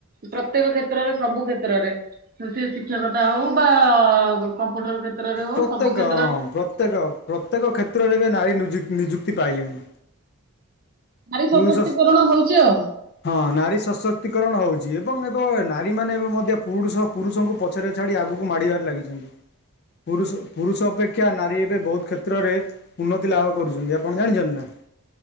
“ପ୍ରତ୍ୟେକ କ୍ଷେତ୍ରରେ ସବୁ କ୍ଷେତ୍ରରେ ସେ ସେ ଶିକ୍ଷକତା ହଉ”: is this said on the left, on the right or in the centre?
Right